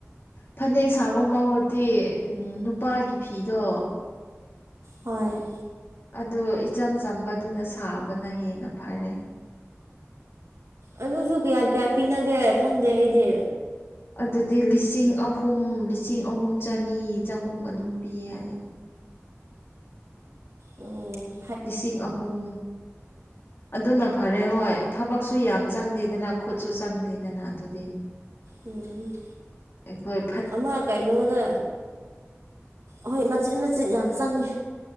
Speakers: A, on the left; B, on the right.
A: ꯐꯅꯦꯛ ꯁꯥꯕ ꯃꯍꯨꯠꯇꯤ ꯎ ꯅꯨꯄꯥꯒꯤ ꯐꯤꯗꯣ
B: ꯍꯣꯏ
A: ꯑꯗꯨ ꯏꯆꯝ ꯆꯝꯕꯗꯨꯅ ꯁꯥꯕꯅ ꯍꯦꯟꯅ ꯐꯔꯦ
B: ꯑꯗꯨꯁꯨ ꯀꯌꯥ ꯀꯌꯥ ꯄꯤꯅꯒꯦ ꯈꯪꯗꯦ ꯑꯩꯗꯤ
A: ꯑꯗꯨꯗꯗꯤ ꯏ ꯂꯤ ꯂꯤꯁꯤꯡ ꯑꯍꯨꯝ ꯂꯤꯁꯤꯡ ꯑꯍꯨꯝ ꯆꯅꯤ ꯆꯍꯨꯝ ꯑꯗꯨꯝ ꯄꯤ ꯌꯥꯏ
B: ꯎ
A: ꯂꯤꯁꯤꯡ ꯑꯍꯨꯝ ꯑꯗꯨꯅ ꯐꯔꯦ ꯍꯣꯏ ꯊꯕꯛꯁꯨ ꯌꯥꯝ ꯆꯪꯗꯦꯗꯅ ꯈꯨꯠꯁꯨ ꯆꯪꯗꯦꯗꯅ ꯑꯗꯨꯗꯤ
B: ꯎꯝ
A: ꯑꯩꯣꯏ
B: ꯑꯃ ꯀꯩꯅꯣꯗ ꯍꯣꯏ ꯃꯆꯤꯠ ꯃꯆꯤꯠ ꯌꯥꯝ ꯆꯪꯉꯦ